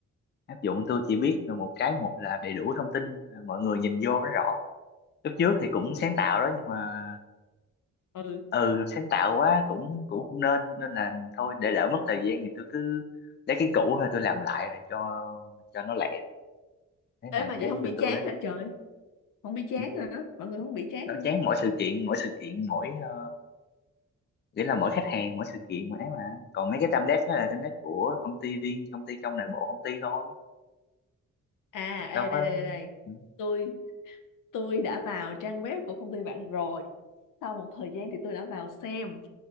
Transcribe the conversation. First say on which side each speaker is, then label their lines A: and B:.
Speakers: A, on the left; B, on the left.
A: áp dụng tôi chỉ biết một cái một là đầy đủ thông tin mọi người nhìn vô nó rõ lúc trước thì cũng sáng tạo đó nhưng mà
B: ừ
A: ừ sáng tạo quá cũng cũng không nên nên là thôi để đỡ mất thời gian thì tôi cứ lấy cái cũ thôi tôi làm lại rồi cho cho nó lẹ đấy
B: ê
A: là
B: mà
A: cái
B: vậy không
A: bên
B: bị
A: tôi
B: chán
A: đấy
B: hả trời không bị chán
A: Ừ,
B: hả mọi người không bị chán
A: nó
B: hả
A: chán mỗi sự kiện mỗi sự kiện mỗi ờ, nghĩa là mỗi khách hàng mỗi sự kiện mà ấy mà còn mấy cái template đó là template của công ty riêng công ty trong nội bộ công ty thôi
B: à ê
A: đâu có
B: đây đây đây đây
A: ừ
B: tôi tôi đã vào trang web của công ty bạn rồi sau một thời gian thì tôi đã vào xem